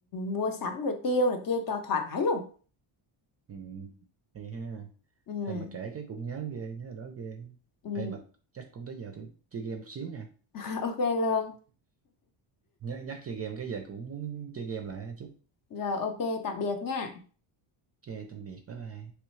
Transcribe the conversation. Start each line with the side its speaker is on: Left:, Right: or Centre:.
Left: mua sắm rồi tiêu này kia cho thoải mái luôn
Right: ừ, hay ha
Left: ừ,
Right: hay mà kể cái cũng nhớ ghê nhớ là đó ghê
Left: ừ.
Right: hay mà chắc cũng tới giờ tôi chơi game một xíu nha
Left: <laughs> ok luôn
Right: nhắc nhắc chơi game cái giờ cũng muốn chơi game lại chút
Left: Rồi ok, tạm biệt nha.
Right: ok tạm biệt bye bye